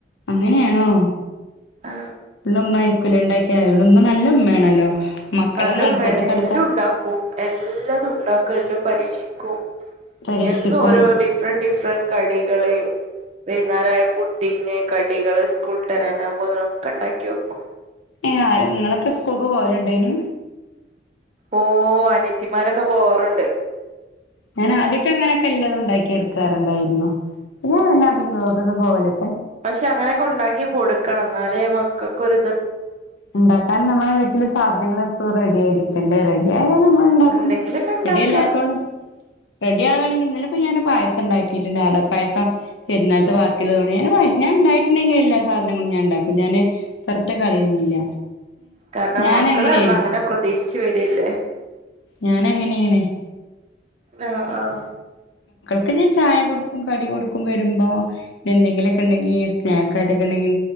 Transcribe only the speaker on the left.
അങ്ങനെയാണോ
ഫുള്ള്മ്മ ആയിരിക്കുലെ ഇണ്ടാക്കിയെ അത്കൊണ്ട് ഉമ്മ നല്ല ഉമ്മയാണല്ലോ മക്കളെ
അടുപ്പത്ത്
കിടക്ക
പരീക്ഷിക്കും
ഏ നിങ്ങളൊക്കെ സ്കൂൾക്ക് പോവലുണ്ടേനു
ഞാന് ആദ്യൊക്കെ അങ്ങനെയൊക്കെ എല്ലാതും ഉണ്ടാക്കി എടുക്കാറുണ്ടായിരുന്നു പിന്നെ അതിലൊട്ടൊന്നും പോവലില്ല
ഇണ്ടാക്കാൻ നമ്മളെ വീട്ടില് സാധനങ്ങൾ എപ്പോഴും റെഡി ആയിരിക്കണ്ടേ റെഡി ആയി നമ്മള് ഇണ്ടാക്കും
റെഡി യല്ലാത്തോണ്ട് റെഡിയാകാണെങ്കി ഇന്നലെപ്പൊ ഞാന് പായസം ഇണ്ടാക്കീട്ട്ണ്ട് അടപ്പായസം പെരുന്നാൾത്ത ബാക്കിള്ളതോണ്ട് ഞാന് ഞാ ഇണ്ടായിട്ട്ണ്ടെങ്കി എല്ലാ സാധനങ്ങളും ഞാണ്ടാക്കും ഞാന് വെറ്തെ കളയൊന്നുല്ല
ഞാൻ
അങ്ങനെയാണ്
ഞാൻ അങ്ങനെയാണ്
ഒക്കെ ഞാ ചായ കൊടുക്കും കടി കൊടുക്കും വരുമ്പോ എന്തെങ്കിലൊക്കെ ഇണ്ടെങ്കി സ്നാക്കായിട്ടൊക്കെണ്ടെങ്കി